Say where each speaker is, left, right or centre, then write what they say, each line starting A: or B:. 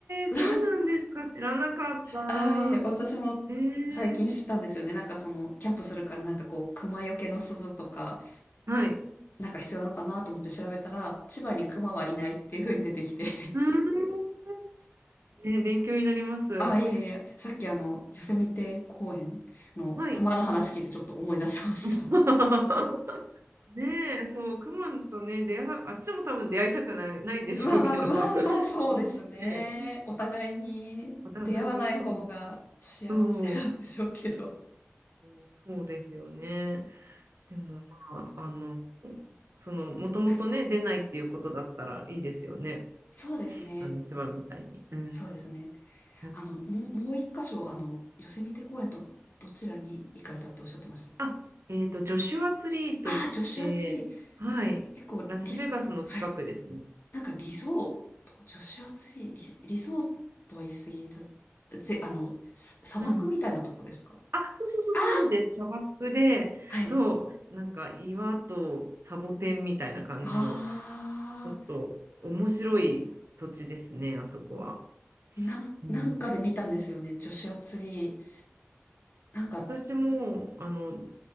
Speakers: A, on the left; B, on the right.
A: <laughs>
B: ー、そうなんですか。知らなかった。
A: ああ、いえ、私も最近知ったんですよね。
B: えー、
A: なんかその、キャンプするからなんかこう、熊よけの鈴とか、
B: はい。
A: なんか必要なのかなと思って調べたら、千葉に熊はいないっていう風に出てきて
B: うーんね、勉強になります。
A: あ、いやいやいや、さっきあの、ヨセミテ公園の熊の話聞いてちょっと思い出しました。
B: はい。<laughs> ねえ、そう、クマとね、出会う、あっちも多分出会いたくない、ないでしょうけど、
A: <laughs> まあまあまあまあ、
B: <laughs>
A: そうですね。
B: 人間ね、
A: お互いに出会わない方が幸せなんでしょうけど。
B: お互いにそうそう、そう、そうですよね。でも、まあ、あの、その、もともとね、
A: はい
B: 出ないっていうことだったらいいですよね。
A: そうですね。
B: あの、千葉みたいに。うん。
A: そうですね。
B: うん
A: あの、もう、もう一箇所、あの、ヨセミテ公園とどちらに行かれたっておっしゃってましたっけ
B: あ、えっと、ジョシュアツリーといって、
A: ああー、ジョシュアツリー。
B: はい、
A: 結構リス、
B: ラスベガスの近くですね。
A: はい。なんかリゾート、女子アツリ、リ、リゾートは言い過ぎだ。ぜ、あの、す砂漠みたいなとこですか
B: うん。あ、そうそうそうそうそうです。
A: あ
B: 砂漠で、
A: はい。
B: そう、なんか岩とサボテンみたいな感じの、
A: あ
B: ちょっと面白い土地ですね、あそこは。
A: あ、なん、
B: うん、
A: なんかで見たんですよね。女子アツリー。なんか、
B: 私も、あの、